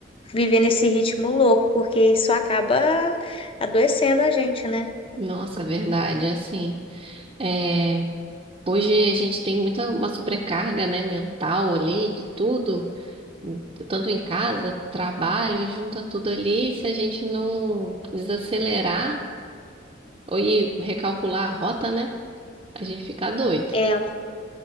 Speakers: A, on the left (about 30°); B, on the right (about 30°).
A: viver nesse ritmo louco, porque isso acaba adoecendo a gente, né?
B: Nossa, verdade, assim, é, hoje a gente tem muita uma sobrecarga, né, mental ali de tudo, tanto em casa, trabalho, e junta tudo ali, e se a gente não desacelerar ou e recalcular a rota, né, a gente fica doido.
A: É,